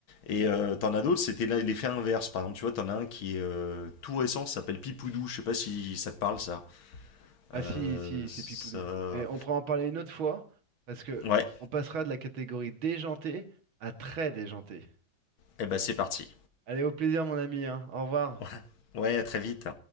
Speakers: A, on the left (about 80°); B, on the right (about 80°).
A: Et euh, t'en as d'autres, c'était la- l'effet inverse. Par exemple, tu vois, t'en as un qui est euh, tout récent, ça s'appelle Pipoudou. Je sais pas si ça te parle ça.
B: Ah
A: Euh,
B: si, si,
A: ça...
B: c'est Pipoudou. Mais on pourra en parler une autre fois, parce que
A: Ouais.
B: on passera de la catégorie déjantée à très déjantée.
A: Et ben c'est parti.
B: Allez, au plaisir, mon ami, hein. Au revoir.
A: <laughs> Ouais, à très vite.